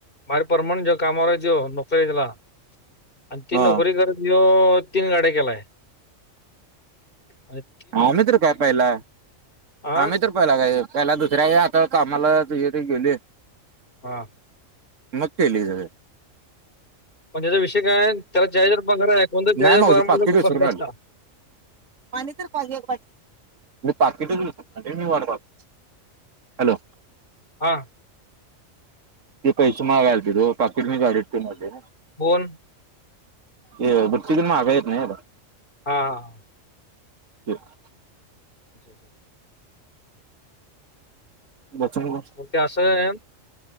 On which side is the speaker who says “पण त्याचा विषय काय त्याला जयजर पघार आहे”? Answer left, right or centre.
Left